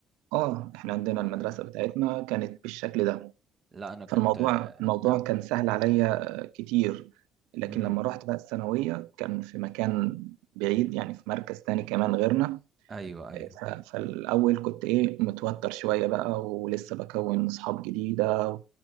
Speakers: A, on the right; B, on the right.
A: آه إحنا عندنا
B: آه.
A: المدرسة بتاعتنا كانت بالشكل ده
B: لا انا كنت
A: فالموضوع الموضوع
B: آه.
A: كان سهل عليا كتير لكن
B: امم
A: لما رحت بقى الثانوية كان في مكان بعيد يعني في مركز تاني كمان غيرنا
B: ايوه ايوه
A: ف- فالأول كنت إيه متوتر شوية بقى ولسه بكون أصحاب جديدة